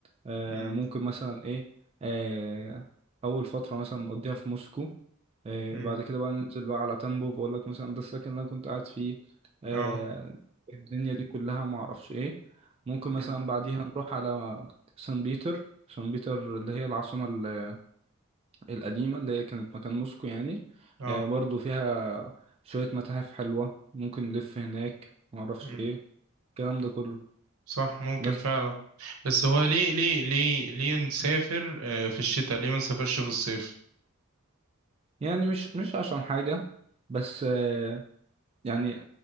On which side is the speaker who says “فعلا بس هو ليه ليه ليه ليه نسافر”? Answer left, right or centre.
Right